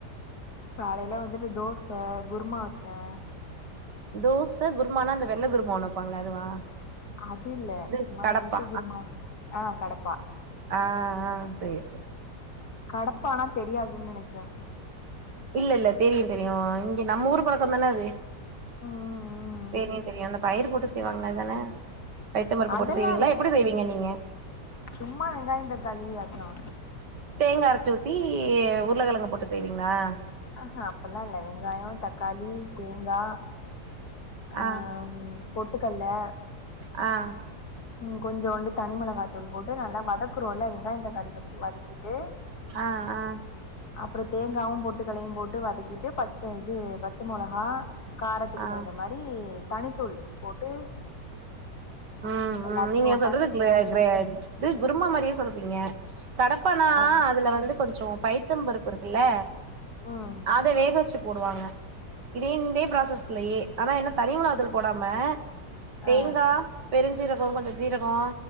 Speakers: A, on the left; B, on the right.
A: காலைல வந்துட்டு தோச குர்மா வச்சே
B: தோச குர்மானா அந்த வெள்ள குர்மா ஒண்ணு வப்பாங்களே அதுவா
A: அது இல்ல
B: இது
A: சும்மா
B: கடப்பா
A: எம்டி குருமா வாம் ஆ கடப்பா
B: அ அ சே சேரி
A: கடப்பானா தெரியாதுன்னு நனச்சேன்
B: இல்ல இல்ல தெரியும் தெரியும் இங்க நம்ம ஊரு பழக்கம் தானே அது
A: ம்
B: தெரியும் தெரியும் அந்த பயிர் போட்டு செய்வாங்களா அதான பைத்த பருப்பு
A: அதெல்லா
B: போட்டு செய்வீங்களா
A: இல்ல
B: எப்டி செய்வீங்க நீங்க
A: சும்மா வெங்காயம் தக்காளி அதுல்லா
B: தேங்காய் அரச்சு ஊத்தி உருளைக்கெழங்கு போட்டு செய்வீங்களா
A: அஹ அப்பல்லாம் இல்ல வெங்காயம் தக்காளி தேங்கா
B: அ
A: ஆ பொட்டுக்கல்ல
B: அ
A: ம் கொஞ்சுண்டு தனிமெளகாத்தூள் போட்டு நல்லா வதக்கறோம் இல்ல வெங்காய தக்காளி ஃபர்ஸ்ட் வதக்கி ட்டு
B: ஆ ஆ
A: அப்றோ தேங்காவும் பொட்டுக்கலையும் போட்டு வதக்கிட்டு பச்ச இது பச் ச மொளகா காரத்துக்கு
B: ஆ
A: தகுந்த மாரி தனித்தூள் போட்டு
B: ம்
A: எல்லாத்தையும்
B: ம் நீங்க
A: ஒன்னா
B: சொல்றது
A: மிக்ஸ்
B: க்ளே
A: பண்ணி
B: க்ரேக் இது குருமா மாரியே சொல்றீங்க கடப்பானா
A: ஆ
B: அதுல வந்து கொஞ்சோ பயித் த்தம் பருப்பு இருக்குல்ல
A: ம்
B: அத வேக வச்சு போடுவாங்க இரெண்டே ப்ராசஸ்லியே ஆனா என்னத் தனி மொளகாத்தூள் போடாம தேங்கா
A: ஆ
B: பெருஞ்சீரகோ கொஞ்சோ ஜீரகோ